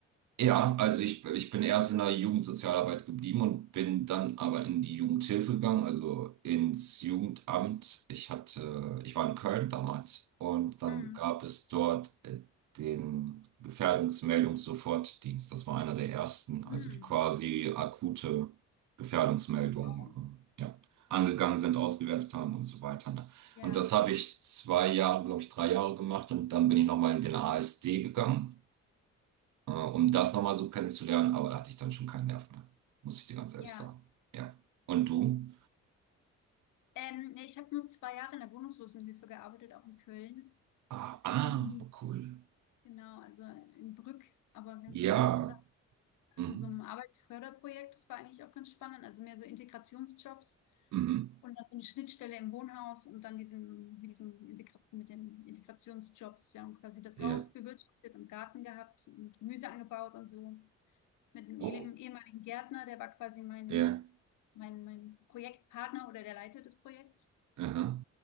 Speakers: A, on the right; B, on the left.
A: Ja,
B: bist
A: also
B: du?
A: ich, ich bin erst in der Jugendsozialarbeit geblieben und bin dann aber in die Jugendhilfe gegangen, also ins Jugendamt. Ich hatte, ich war in Köln damals und dann
B: Hm.
A: gab es dort äh, den Gefährdungsmeldungssofortdienst. Das war einer der ersten, also
B: Hm.
A: die quasi akute Gefährdungsmeldungen,
B: Wow.
A: äh, ja, angegangen sind, ausgewertet haben und so weiter. Ne?
B: Ja,
A: Und das habe ich zwei Jahre, glaube ich, drei Jahre gemacht und dann bin ich nochmal in den ASD gegangen äh, um das nochmal so kennenzulernen, aber da hatte ich dann schon keinen Nerv mehr, muss ich dir ganz ehrlich
B: ja.
A: sagen. Ja. Und du?
B: Ähm, nee, ich habe nur zwei Jahre in der Wohnungslosenhilfe gearbeitet, auch in Köln.
A: Ah, ah,
B: Und dann,
A: cool.
B: genau, also in Brück, aber ganz
A: Ja.
B: weit außerhalb,
A: Mhm.
B: in so einem Arbeitsförderprojekt. Das war eigentlich auch ganz spannend. Also mehr so Integrationsjobs
A: Mhm.
B: und dann so eine Schnittstelle im Wohnhaus und dann diesem, mit diesem Integration, mit den Integrationsjobs. Wir haben quasi das
A: Ja.
B: Haus bewirtschaftet und Garten gehabt und Gemüse angebaut und so. Mit einem
A: Oh.
B: ehem- ehemaligen Gärtner, der war quasi mein,
A: Ja.
B: mein, mein Projektpartner oder der Leiter des Projekts.
A: Aha.